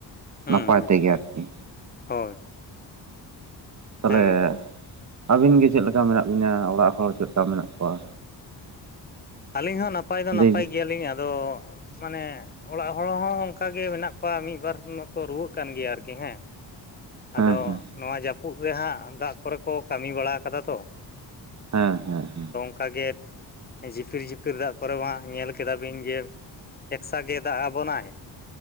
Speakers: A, on the left (about 25°); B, on the right (about 45°).
A: ᱦᱩᱸ
B: ᱱᱟᱯᱟᱭ
A: ᱦᱩᱸ
B: ᱛᱮᱜᱮ ᱟᱨᱠᱤ,
A: ᱦᱳᱭ
B: ᱛᱟᱞᱦᱮ
A: ᱦᱮᱸ ᱜᱚᱢᱠᱮ
B: ᱟᱹᱵᱤᱱ ᱜᱮ ᱪᱮᱜ ᱞᱮᱠᱟ ᱢᱮᱱᱟᱜ ᱵᱤᱱᱟ ᱚᱲᱟᱜ ᱦᱚᱲ ᱪᱮᱜ ᱞᱮᱠᱟ ᱢᱮᱱᱟᱜ ᱠᱚᱣᱟ?
A: ᱟᱹᱞᱤᱧ ᱦᱚᱸ ᱱᱟᱯᱟᱭ ᱫᱚ ᱱᱟᱯᱟᱭ
B: ᱞᱟᱹᱭ ᱵᱤᱱ᱾
A: ᱜᱮᱭᱟᱞᱤᱧ ᱟᱫᱚ ᱢᱟᱱᱮ ᱚᱲᱟᱜ ᱦᱚᱲ ᱦᱚᱸ ᱚᱝᱠᱟ ᱜᱮ ᱢᱮᱱᱟᱜ ᱠᱚᱣᱟ ᱢᱤᱜ ᱵᱟᱨ ᱢᱟᱠᱚ ᱨᱩᱣᱟᱹᱜ ᱠᱟᱱ ᱜᱮᱭᱟ ᱟᱨᱠᱤ ᱦᱮᱸ᱾
B: ᱦᱮᱸ
A: ᱟᱫᱚ
B: ᱦᱮᱸ
A: ᱱᱚᱣᱟ ᱡᱟᱹᱯᱩᱫ ᱨᱮᱦᱟᱸᱜ ᱫᱟᱜ ᱠᱚᱨᱮ ᱠᱚ ᱠᱟᱹᱢᱤ ᱵᱟᱲᱟ ᱟᱠᱟᱫᱟ ᱛᱚ᱾
B: ᱦᱮᱸ ᱦᱮᱸ᱾
A: ᱟᱱᱠᱟᱜᱮ ᱡᱷᱤᱯᱤᱨ ᱡᱷᱤᱯᱤᱨ ᱫᱟᱜ ᱠᱚᱨᱮ ᱢᱟ ᱧᱮᱞ ᱠᱮᱫᱟᱵᱤᱱ ᱡᱮ ᱮᱠᱥᱟ ᱜᱮ ᱫᱟᱜ ᱟᱵᱚᱱᱟᱭ,